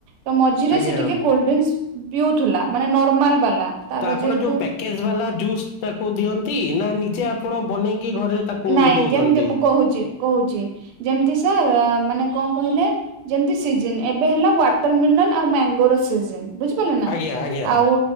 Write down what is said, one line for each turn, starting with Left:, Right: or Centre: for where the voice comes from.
Right: ତ ମଝିରେ
Left: ଆଜ୍ଞା।
Right: ସିଏ ଟିକେ କୋଲ୍ଡ୍ରିଙ୍କସ୍ ପିଉଥୁଲା ମାନେ ନ କମାଲ୍ ବାଲା ତାର
Left: ତ ଆପଣ
Right: ଯେହେତୁ
Left: ଯୋଉ ପ୍ୟାକେଜ ବାଲା ଜୁସ୍ ତାକୁ ଦିଅ ନ୍ତି ନା ନିଜେ ଆପଣ ବନେଇ କି ଘରେ ତାକୁ
Right: ନାଇଁ
Left: ଦଉଛନ୍ତି?
Right: ଯେମିତି ମୁଁ କହୁଛି କହୁଛି ଯେମିତି ସାର୍ ମାନେ କଣ କହିଲେ ଯେମିତି ସିଜିନ୍ ଏବେ ହେଲା ୱାଟରମିଲନ୍ ଆଉ ମ୍ୟାଙ୍ଗୋର ସିଜିନ୍ ବୁଝିପାରିଲେ ନା
Left: ଆଜ୍ଞା ଆଜ୍ଞା
Right: ଆଉ